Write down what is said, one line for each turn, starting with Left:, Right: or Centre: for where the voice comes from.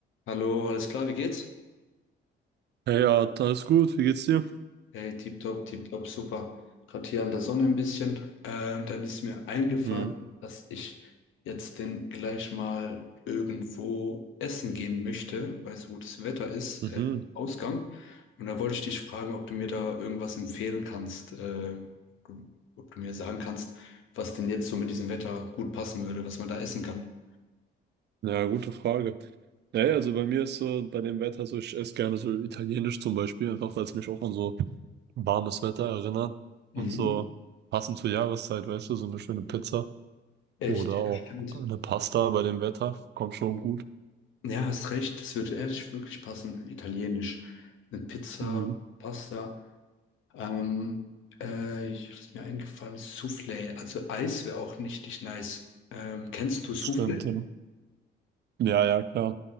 Left: Hallo, alles klar, wie geht's?
Right: ja ja, alles gut, wie geht's dir?
Left: Hey, tipptopp, tipptopp, super. Gerade hier an der Sonne ein bisschen. Äh, und dann ist mir eingefallen,
Right: Mhm.
Left: dass ich jetzt denn gleich mal irgendwo essen gehen möchte, weil so gutes Wetter ist,
Right: Mhm.
Left: äh, Ausgang. Und da wollte ich dich fragen, ob du mir da irgendwas empfehlen kannst, äh, ob du mir sagen kannst, was denn jetzt so mit diesem Wetter gut passen würde, was man da essen kann.
Right: Ja, gute Frage. Ja, ja, also bei mir ist so, bei dem Wetter so, ich esse gerne so italienisch zum Beispiel, einfach weil es mich auch an so warmes Wetter erinnert
Left: Mhm.
Right: und so passend zur Jahreszeit, weißt du, so eine schöne Pizza
Left: Echt,
Right: oder
Left: ja,
Right: auch
Left: stimmt.
Right: eine Pasta bei dem Wetter, kommt schon gut.
Left: Ja, hast recht, das würde echt wirklich passen. Italienisch. Eine Pizza,
Right: Mhm.
Left: Pasta. Ähm, äh, ich ist mir eingefallen, Soufflé. Also Eis wäre auch richtig nice. Ähm, kennst du Soufflé?
Right: Stimmt, ja. Ja, ja, klar.